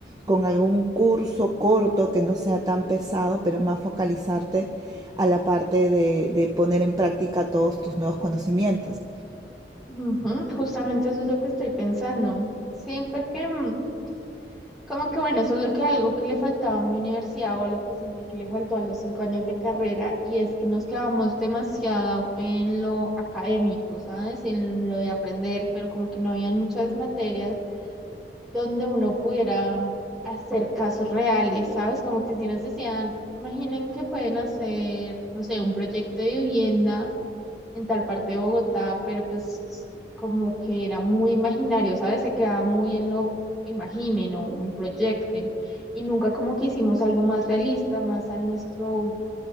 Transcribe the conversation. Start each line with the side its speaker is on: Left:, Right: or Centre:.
Right: con algún curso corto que no sea tan pesado, pero más focalizarte a la parte de, de poner en práctica todos tus nuevos conocimientos.
Centre: Ujú, Justamente eso es lo que estoy pensando. Sí, porque mm, como que bueno, eso es lo que algo que le faltaba a mi universidad o a lo que sentí que le faltó a los cinco años de carrera y es que nos quedamos demasiado en lo académico, ¿sabes? En lo de aprender, pero como que no habían muchas materias donde uno pudiera mm, hacer casos reales, ¿sabes? Como que si nos decían, imaginen que pueden hacer, no sé, un proyecto de vivienda en tal parte de Bogotá, pero pues como que era muy imaginario, ¿sabes? Se quedaba muy en lo imaginen o proyecten y nunca como que hicimos algo más realista, más a nuestro,